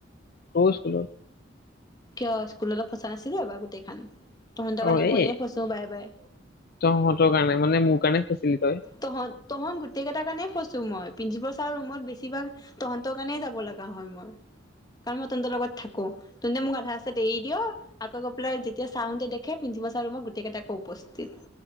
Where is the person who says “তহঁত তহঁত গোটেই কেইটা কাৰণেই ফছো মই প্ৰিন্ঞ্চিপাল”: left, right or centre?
Left